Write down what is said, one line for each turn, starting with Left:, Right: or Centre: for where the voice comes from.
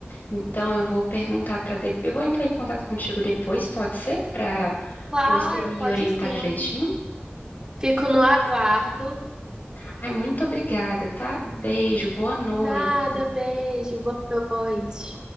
Left: Então eu vou perguntar para depois. Eu vou entrar em contato contigo depois, pode ser? Para
Right: Claro,
Left: para você me
Right: pode
Left: orientar
Right: sim.
Left: direitinho.
Right: Fico no aguardo.
Left: Ai, muito obrigada, tá? Beijo, boa noite.
Right: Nada, beijo, boa noite.